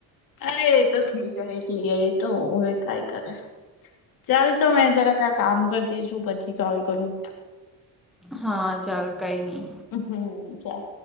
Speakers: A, on the left (about 65°); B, in the centre.
A: અરે એ તો ઈ જાય ક્લિયર એ તો હોવે કાઈ કરે ચાલ તો મેં જરાક આ કામ કરતી છું પછી કોલ કરું
B: હા ચાલ કઈ નહી.
A: હ હમ ચાલ.